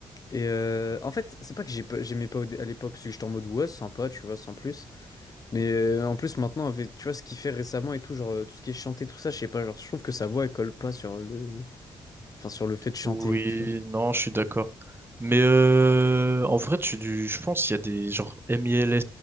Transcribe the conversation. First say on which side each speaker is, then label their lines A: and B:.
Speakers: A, on the left; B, on the right.
A: Et euh, en fait, c'est pas que j'ai pas- j'aimais pas au dé- à l'époque, c'est que j'étais en mode ouais, sympa, tu vois, sans plus. Mais euh, en plus maintenant avec tu vois ce qu'il fait récemment et tout genre euh, tout ce qui est chanté tout ça je sais pas genre je trouve que sa voix elle colle pas sur le enfin sur le fait de chanter
B: Oui,
A: tu
B: non, je suis d'accord. Mais euh, en vrai, tu, du, je pense qu'il y a des, genre, MILS